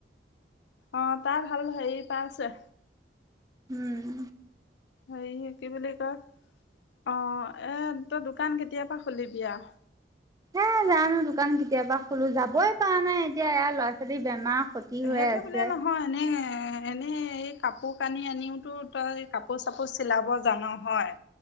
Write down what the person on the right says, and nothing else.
উম
এ জানো দোকান কেতিয়াবা খলো যাবই পৰা নাই এতিয়া এয়া ল'ৰা-ছোৱালী বেমাৰ। ক্ষতি হৈ
আছে।